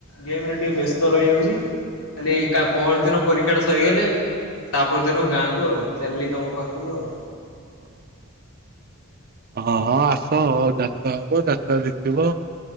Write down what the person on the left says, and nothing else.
ଗେମରେ ଟିକେ ବ୍ୟସ୍ତ ବ୍ୟସ୍ତ ରହିଯାଉଚି କାଲି
କା ପହରଦିନ ପରୀକ୍ଷାଟା ସରିଗଲେ ତା ପରଦିନ ଗାଁକୁ ଆଉ ଚାଲିଲି ତମ ପାଖକୁ ଆଉ